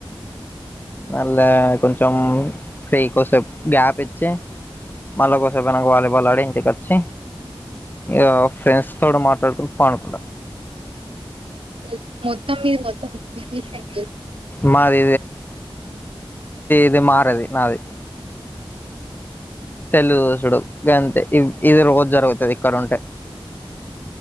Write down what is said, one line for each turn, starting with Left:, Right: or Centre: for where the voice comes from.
Left: మళా కొంచెం ఫ్రీ కోసేపు గ్యాప్ ఇచ్చి మళ్ళా కోసేపు అయినంక వాలీబల్ ఆడి ఇంటికి వచ్చి ఇగా ఫ్రెండ్స్ తోటి మాట్లాడుకుంట పానుకుంట
Right: ఓ మొత్తం మీది అయితే ఫిఫ్టీ తీసేయండి
Left: మాది ఇగా మారది నాది తెల్లిదోసుడు గంతే ఇ ఇది రోజు జరుగుతుది ఇక్కడ ఉంటే